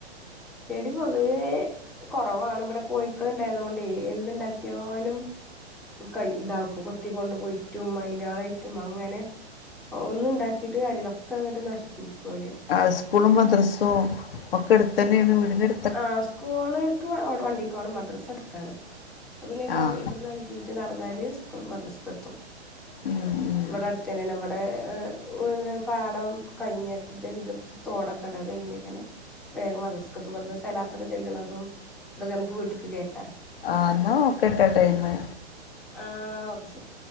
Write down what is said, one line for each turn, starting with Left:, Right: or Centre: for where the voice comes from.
Centre: ചെടി പൊതുവേ കൊറവാണ് ഇവിടെ കോഴിക്കളിണ്ടായതോണ്ടേ എന്ത്‌ണ്ടാക്ക്യായാലും ബു കൈ ഇതാക്കും കൊത്തിക്കൊണ്ട് പോയിറ്റും മൈലായിറ്റും അങ്ങനെ ഒ ഒന്നും ഇണ്ടാക്കീട്ട് കാര്യല്ല. ഒക്കെ അങ്ങട്ട് നശിപ്പിക്കുവോല്
Left: ആഹ് സ്കൂളും, മദ്രസോം, ഒക്ക ഒക്ക അടുത്തന്നെയാണ് വീടിന്റെ അടു
Centre: ആഹ്‌ സ്കൂള്ക്ക് വ ഒ വണ്ടിക്ക് പോണം മദ്രാസി അടുത്താണ് അപ്പ പിന്നെ രാവിലെ
Left: ആഹ്
Centre: ഇവിടുന്ന് അഞ്ച് റ്റ് നടന്നാല് സ്ക് മദ്രസക്ക് എത്തും
Left: ഉം ഉം
Centre: ഇവിടെ അടുത്ത്‌ തന്നെയാണ് ഇവ ടെ ഏഹ് പാടം കഴിഞ്ഞിട്ട് തോടൊക്കണ്ട അത് കഴിഞ്ഞക്കനെ വേഗം മദ്രസക്കെത്തും ഇവിടുന്ന് സലാത്തൊക്കെ ചെല്ലണതും ഇതൊക്കെ നമുക്ക് വീട്ടിക്ക് കേക്കാം
Left: ആ എന്നാ ഒക്കെട്ടൊയ്ന്ന്
Centre: ആഹ്‌ ഓക്കെ ശെരി